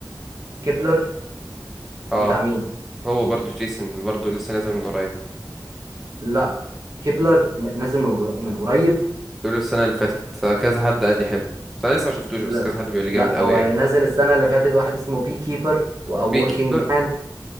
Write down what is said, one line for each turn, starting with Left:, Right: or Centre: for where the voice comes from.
Right: كيبلر
Centre: اه
Right: بتاع مين
Centre: هو برضو جيسون برضو لسه نازل من قريب
Right: لا كيبلر نازل من من قريب
Centre: بيقولوا السنه اللي فاتت آه، كذا حد قال لي حلو بس انا لسه ما شفتوش
Right: لا
Centre: بس كذا حد بيقول لي
Right: لا
Centre: جامد قوي
Right: هو
Centre: يعني
Right: اللي نازل السنة اللي فاتت واحد اسمه بي كيبر او
Centre: بي
Right: وركينج
Centre: كيبر
Right: مان